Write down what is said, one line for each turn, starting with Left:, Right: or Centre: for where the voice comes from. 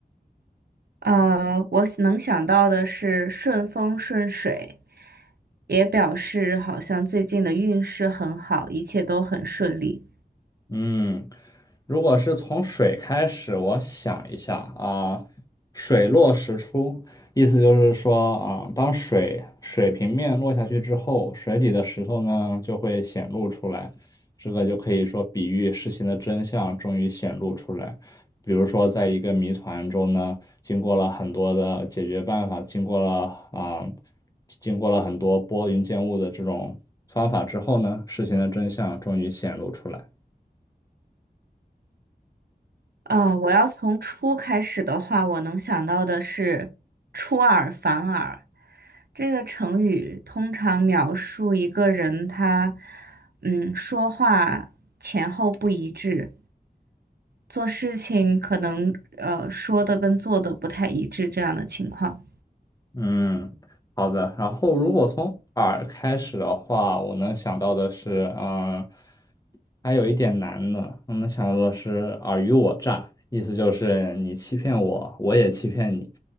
Right: 呃，我能想到的是顺风顺水，也表示好像最近的运势很好，一切都很顺利。
Left: 嗯，如果是从水开始，我想一下啊，水落石出，意思就是说啊，当水水平面落下去之后，水里的石头呢就会显露出来，这个就可以说比喻事情的真相终于显露出来。比如说，在一个谜团中呢，经过了很多的解决办法，经过了啊，经过了很多拨云见雾的这种方法之后呢，事情的真相终于显露出来。
Right: 呃，我要从初开始的话，我能想到的是出尔反尔。这个成语通常描述一个人他，嗯，说话前后不一致，做事情可能呃说的跟做的不太一致这样的情况。
Left: 嗯，好的。然后如果从耳开始的话，我能想到的是，嗯，还有一点难呢。我们想到的是尔虞我诈，意思就是你欺骗我，我也欺骗你，